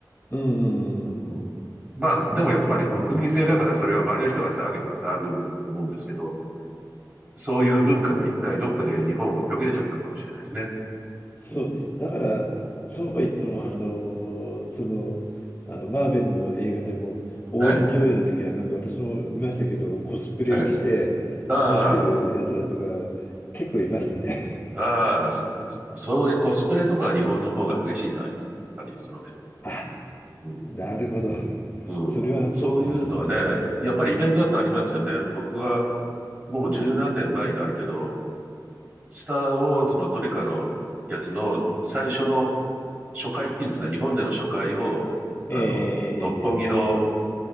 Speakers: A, on the left (about 30°); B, on the right (about 25°).
A: うんうんうん、
B: うん。まあ、
A: なるほど、
B: でもやっぱり国民性だからそれは周りの人が騒げば騒ぐものだと思うんですけど、
A: なるほど。
B: そういう文化が一回どっかで日本は途切れちゃったのかもしれないですね。
A: そう、
B: うん。
A: だから、そうは言っても、あの、その、あの、マーベルの映画でも、応援上映の時は、
B: はい。
A: なんか私も見ましたけど、コスプレをして、
B: はい。あ
A: 見に来てるやつらとか、結構いましたね。
B: あ、ああ、そ、それコスプレとかは日本の方が激しいんじゃないですか。やっぱりその辺は。
A: <laughs> あ、
B: うん
A: なるほど。
B: うん。
A: それはそうかもしれない。
B: そういうのはね、やっぱりイベントだとありますよね。僕はもう十何年前になるけど、スター・ウォーズのどれかのやつの最初の初回っていうんですか、日本での初回を、
A: えええ
B: あの、六本木の、